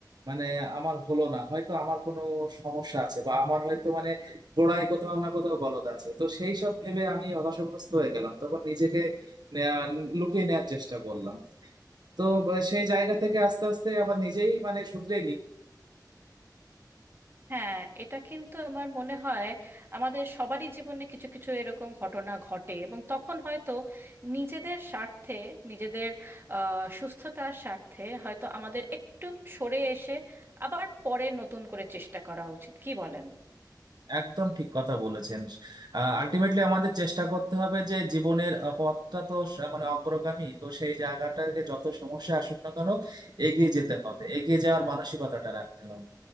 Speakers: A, on the right; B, on the right.
A: মানে আমার হলো না হয়তো আমার কোনো সমস্যা আছে বা আমার হয়তো মানে গোড়ায় কোথাও না কোথাও গলদ আছে তো সেই সব ভেবে আমি হতাশাগ্রস্ত হয়ে গেলাম তখন নিজেকে আহ, লুকিয়ে নেওয়ার চেষ্টা করলাম তো আহ, সেই জায়গা থেকে আস্তে আস্তে আবার নিজেই মানে শুধরে
B: হ্যাঁ এটা কিন্তু আমার মনে হয় আমাদের সবারই জীবনে কিছু কিছু এরকম ঘটনা ঘটে এবং তখন হয়তো নিজেদের স্বার্থে নিজেদের আহ, সুস্থতার স্বার্থে হয়তো আমাদের একটু সরে এসে আবার পরে নতুন করে চেষ্টা করা উচিত কি বলেন
A: একদম ঠিক কথা বলেছেন আলটিমেটলি আমাদের চেষ্টা করতে হবে যে জীবনের আহ, পথটা তো স- মানে অগ্রগামী তো সেই জায়গাটাকে যত সমস্যা আসুক না কেন এগিয়ে যেতে হবে এগিয়ে যাওয়ার মানসিকতাটা রাখতে হবে